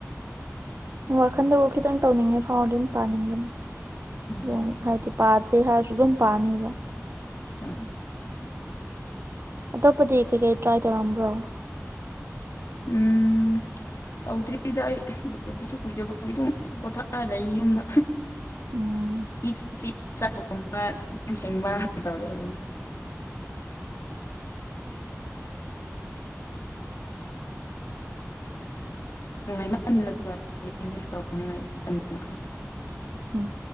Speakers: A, on the right; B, on the left.
A: ꯎꯝ ꯋꯥꯈꯟꯗꯕꯨ ꯈꯤꯇꯪ ꯇꯧꯅꯤꯡꯉꯦ ꯐꯥꯎꯔꯗꯤ ꯑꯗꯨꯝ ꯄꯥꯅꯤꯡꯕꯅꯦ
B: ꯎꯝ
A: ꯑꯗꯨꯝ ꯍꯥꯏꯗꯤ ꯄꯥꯗꯦ ꯍꯥꯏꯔꯁꯨ ꯑꯗꯨꯝ ꯄꯥꯅꯤꯡꯕ
B: ꯎꯝ
A: ꯑꯇꯣꯞꯄꯗꯤ ꯀꯩꯀꯩ ꯇ꯭ꯔꯥꯏ ꯇꯧꯔꯛꯑꯝꯕ꯭ꯔꯣ
B: ꯎꯝ ꯇꯧꯗ꯭ꯔꯤꯗ ꯑꯩ ꯂꯄꯁꯨ ꯀꯨꯏꯗꯕꯒꯤ ꯑꯗꯨꯝ ꯄꯣꯊꯥꯔ ꯂꯩ ꯌꯨꯝꯗ
A: ꯎꯝ
B: ꯏꯠ ꯆꯥꯛ ꯊꯣꯡꯕ ꯌꯦꯟ ꯁꯦꯡꯕ ꯇꯧꯔꯒꯅꯤ ꯅꯨꯡꯉꯥꯏꯃꯥꯟꯗ ꯑꯦꯟꯖꯦꯁ ꯇꯧꯅꯤꯡꯉꯥꯏ ꯇꯟꯈ꯭ꯔꯦ
A: ꯎꯝ